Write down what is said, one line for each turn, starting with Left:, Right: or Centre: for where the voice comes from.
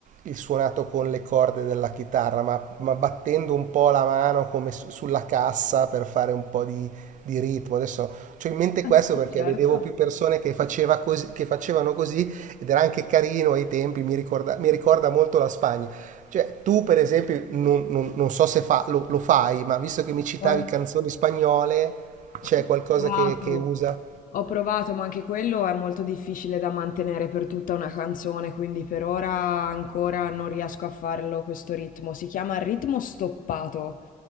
Right: il suonato con le corde della chitarra, ma, ma battendo un po' la mano come su- sulla cassa per fare un po' di, di ritmo. Adesso ho in mente
Left: Ah
Right: questo
Left: sì,
Right: perché
Left: certo.
Right: vedevo più persone che, faceva così- che facevano così ed era anche carino ai tempi, mi ricorda, mi ricorda molto la Spagna. Cioè, tu per esempio, non, non- non so se fa- lo, lo fai, ma visto che mi citavi
Left: Guarda,
Right: canzoni spagnole,
Left: si
Right: c'è
Left: è
Right: qualcosa
Left: provato.
Right: che, che usa?
Left: Ho provato, ma anche quello è molto difficile da mantenere per tutta una canzone, quindi per ora ancora non riesco a farlo questo ritmo. Si chiama ritmo stoppato.